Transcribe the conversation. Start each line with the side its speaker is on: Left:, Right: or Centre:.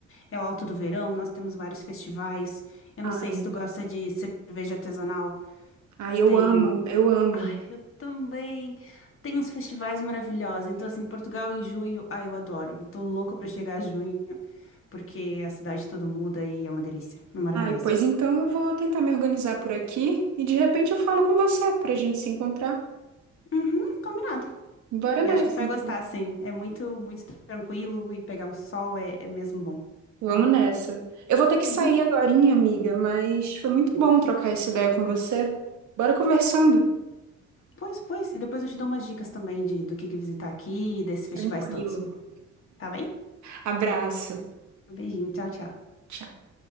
Left: é o alto do verão, nós temos vários festivais. Eu
Right: Ai,
Left: não sei se tu gosta de cerveja artesanal,
Right: ai, eu
Left: tem
Right: amo, eu amo.
Left: Ai, eu também. Tem uns festivais maravilhosos. Então, assim, Portugal em junho, ai, eu adoro. Eu tô louca pra chegar a junho, porque a cidade toda muda e é uma delícia. É maravilhoso.
Right: Ai, pois então eu vou tentar me organizar por aqui e de repente eu falo com você para a gente se encontrar.
Left: Uhum, combinado.
Right: Bora nessa,
Left: E acho que tu vai
Right: então.
Left: gostar, sim. É muito, muito tranquilo e pegar um sol é, é mesmo bom.
Right: Vamos nessa. Eu vou ter que sair
Left: Uhum.
Right: agorinha, amiga, mas foi muito bom trocar essa ideia com você. Bora conversando.
Left: Pois, pois. E depois eu te dou umas dicas também de, do que que visitar aqui e desses festivais
Right: Tranquilo.
Left: todos. Tá bem?
Right: Abraço.
Left: Um beijinho, tchau, tchau.
Right: Tchau.